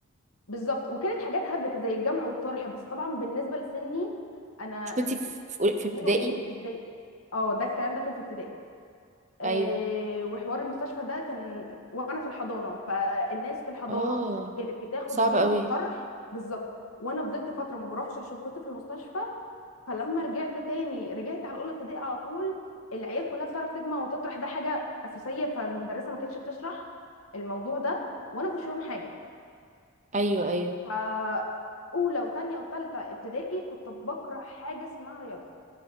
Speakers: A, on the left; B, on the right.
A: بالظبط وكانت حاجات هبله كده زي الجمع والطرح بس طبعا بالنسبه لسني انا
B: مش كنتي
A: انتوا
B: في في في
A: بتعملوا
B: ابتدائي
A: ايه ازاي اه ده الكلام ده كان في ابتدائي آه،
B: ايوه
A: وحوار المستشفى ده كان وانا في الحضانه فالناس في الحضانه
B: اه
A: كانت بتاخد
B: صعب
A: الجمع
B: قوي
A: والطرح بالظبط وانا فضلت فتره ما بروحش عشان كنت في المستشفى فلما رجعت تاني رجعت على اولى ابتدائي على طول العيال كلها بتعرف تجمع وتطرح ده حاجه اساسيه فالمدرسه ما كانتش بتشرح الموضوع ده وانا ما كنتش فاهمه حاجه
B: ايوه ايوه
A: ف اولى وتانية وتالتة ابتدائي كنت بكره حاجه اسمها رياضه